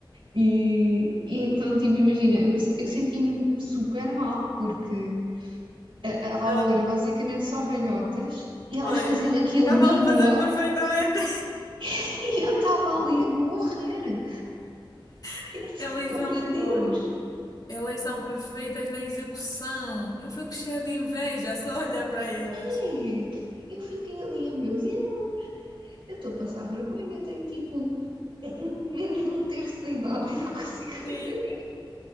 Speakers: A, on the right; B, on the left.
A: E, e então, tipo, imagina, eu, passei- eu senti-me super mal, porque a, a aula
B: Ela,
A: era basicamente só velhotas e elas
B: pois.
A: faziam aquilo
B: Estavam
A: na boa
B: a fazer perfeitamente.
A: <laughs> e eu estava ali a morrer.
B: <laughs>
A: E assim,
B: Elas
A: oh
B: são,
A: meu Deus!
B: olha, elas são perfeitas na execução. Eu fico cheia de inveja só olhar para elas.
A: É, Eu fiquei ali, oh meu Deus! Eu estou a passar vergonha, tenho tipo menos de um terço da idade e não consigo fazer
B: Sim. <laughs>